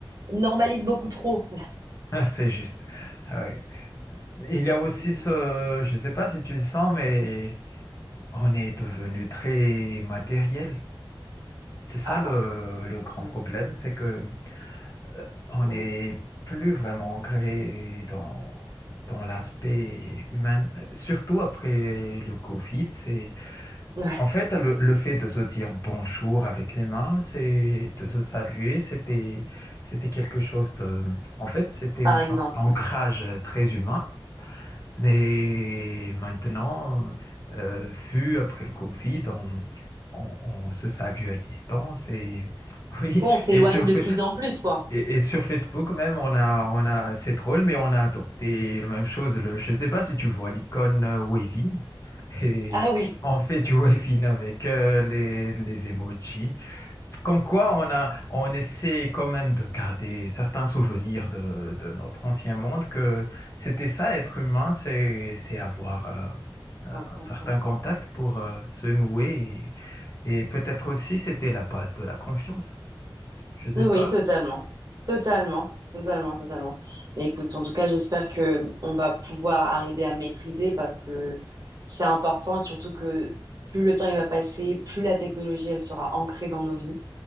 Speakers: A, on the right (about 40°); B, on the left (about 35°).
A: normalise beaucoup trop.
B: <laughs> C'est juste. Ah oui. Il y a aussi
A: <laughs>
B: ce. Je ne sais pas si tu le sens, mais on est devenu très matériel. C'est ça
A: Ah
B: le,
A: oui.
B: le grand
A: Mm,
B: problème, c'est que euh, on
A: mm.
B: n'est plus vraiment ancré dans, dans l'aspect humain, Euh, surtout après le Covid. C'est
A: Ouais.
B: en fait le, le fait de se dire bonjour avec les mains, c'est de se saluer, c'était c'était quelque chose de, en fait, c'était
A: Par
B: une sorte
A: exemple.
B: d'ancrage
A: ouais.
B: euh, très humain. Et maintenant, euh, vu après le Covid, on, on- on se salue à distance et <laughs> oui,
A: Bon, on s'éloigne
B: et sur,
A: de
B: Fa-
A: plus en plus, quoi.
B: et, et sur Facebook même, on a, on a, c'est drôle, mais on a adopté la même chose. Le, je ne sais pas si tu vois l'icône euh, Wavin et
A: Ah oui.
B: on fait du <laughs> Wavin avec euh, les, les emojis. Comme quoi, on a, on essaie quand même de garder certains souvenirs de, de notre ancien monde, que c'était ça, être humain, c'est, c'est avoir euh, euh,
A: Mm,
B: un
A: mm,
B: certain
A: mm.
B: contact pour euh, se nouer. Et, et peut-être aussi, c'était la base de la confiance. Je sais
A: Oui,
B: pas.
A: totalement. Totalement. Totalement, totalement. Mais écoute, en tout cas, j'espère que on va pouvoir arriver à maîtriser parce que c'est important et surtout que plus le temps il va passer, plus la technologie elle sera ancrée dans nos vies.